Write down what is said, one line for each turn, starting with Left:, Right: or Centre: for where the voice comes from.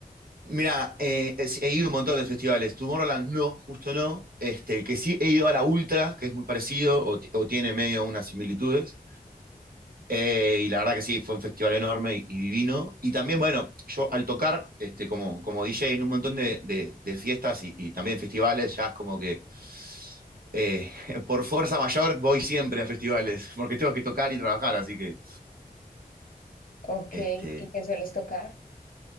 Right: Mira, eh, es- he ido a un montón de festivales. Tomorrowland no, justo no. Este, el que sí he ido a la Ultra, que es muy parecido o, ti- o tiene medio unas similitudes. Eh, y la verdad que sí, fue un festival enorme y, y divino. Y también, bueno, yo al tocar este, como, como DJ en un montón de, de- de fiestas y, y también festivales, ya es como que eh, <laughs> por fuerza mayor voy siempre a festivales, <laughs> porque tengo que tocar y trabajar, así que
Left: Ok,
Right: este,
Left: ¿y qué sueles tocar?